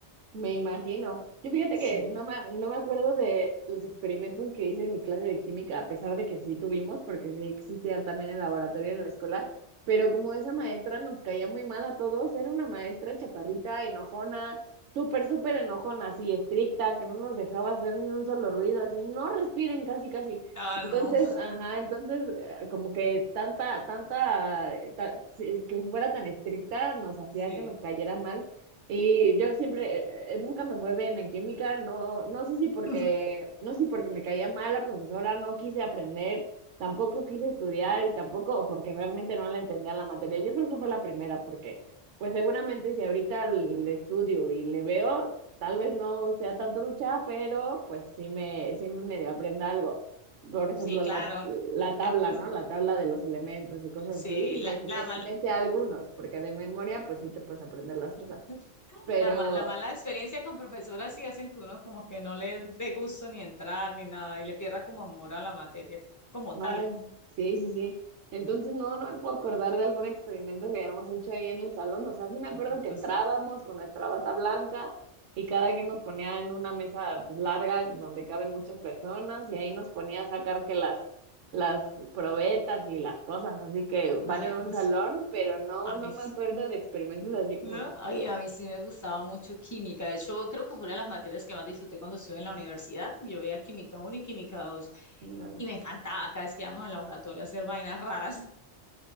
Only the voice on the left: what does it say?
Sí,
ah,
no,
sí.
<laughs>
Sí, claro,
Mm,
Sí,
la,
la, mal-
<laughs>
la, ma- la mala experiencia con profesoras sí hacen que uno como que no le dé gusto ni entrar ni nada y le pierda como amor a la materia como tal.
Mm, Entonces,
ay,
a
mí,
sí-
a mí,
sí,
¿no?
Ay, a mí sí me gustaba mucho química. De hecho, creo que fue una de las materias que más disfruté cuando estuve en la universidad. Yo veía química uno y química 2
y me encantaba cada vez que íbamos al laboratorio a hacer vainas raras.